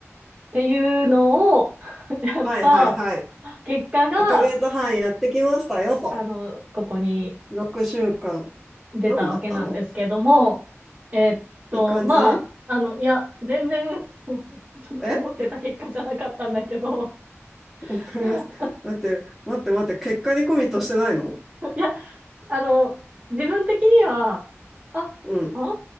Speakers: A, on the right (about 30°); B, in the centre.
A: っていうのを <laughs> やった
B: はいはいはい。
A: 結果が、
B: 1ヶ月半やってきましたよと。
A: あの、ここに
B: 6週間。
A: 出たわけなんですけども、
B: どうなったの
A: えっと、
B: いい感じ
A: まあ、あの、いや、全然 <laughs> ちょっと思ってた結果じゃなかったんだけど
B: え <laughs>
A: <laughs>
B: 待って、待って待って。結果にコミットしてないの
A: いや、あの、自分的には、あ、
B: うん、
A: あ、